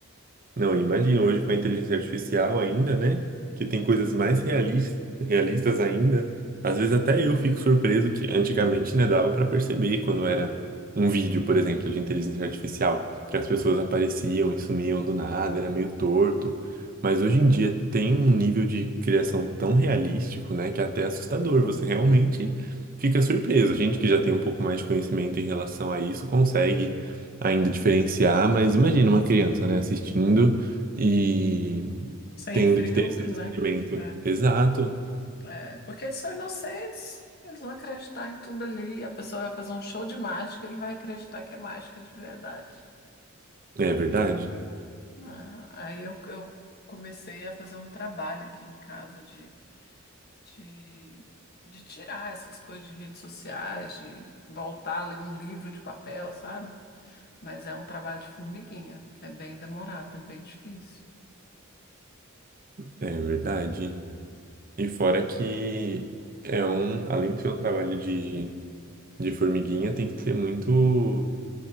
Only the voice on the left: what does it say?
Sem
filtro,
né? É,
é, porque eles são inocentes. Eles vão acreditar em tudo ali. A pessoa vai fazer um show de mágica, ele vai acreditar que é mágica de verdade.
Ah, aí eu, eu comecei a fazer um trabalho aqui em casa de, de, de tirar essas coisas de redes sociais, de voltar a ler um livro de papel, sabe? Mas é um trabalho de formiguinha, é bem demorado, é bem difícil.